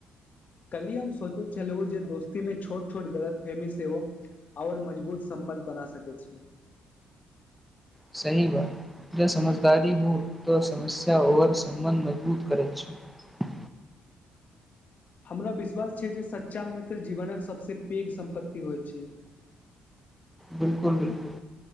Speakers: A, on the left; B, in the centre.
A: कलिय हम सोचैत छलहु जे दोस्तीमे छोट छोट गलतफहमी सेहो और मजबूत सम्बन्ध बना सकैत छैय।
B: सही बात ज समझदारी हो तऽ समस्या और सम्बन्ध मजबूत करैत छैय।
A: हमरा विश्वास छैय जे सच्चा मित्र जीवनक सभसँ पैघ सम्पत्ति होइत छैय।
B: बिलकुल बिलकुल